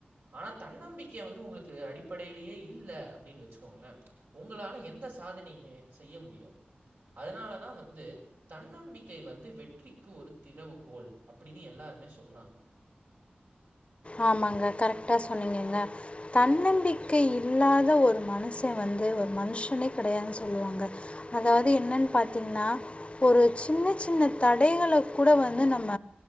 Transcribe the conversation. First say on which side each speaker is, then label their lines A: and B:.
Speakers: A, on the right (about 85°); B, on the left (about 35°).
A: ஆனா தன்னம்பிக்கைய வந்து உங்களுக்கு அடிப்படையிலேயே இல்ல அப்டின்னு வச்சுக்கோங்களே உங்களால எந்த சாதனையுமே செய்ய முடியாது அதனாலதா வந்து தன்னம்பிக்கை வந்து வெற்றிக்கு ஒரு திறவுகோல் அப்டின்னு எல்லாருமே சொல்றாங்க
B: ஆமாங்க கரெக்ட்டா சொன்னிங்கங்க தன்னம்பிக்கை இல்லாத ஒரு மனுஷ வந்து ஒரு மனுஷனே கெடையாதுனு சொல்வாங்க அதாவது என்னன்னு பாத்தீங்கனா ஒரு சின்ன சின்ன தடைகளை கூட வந்து நம்ம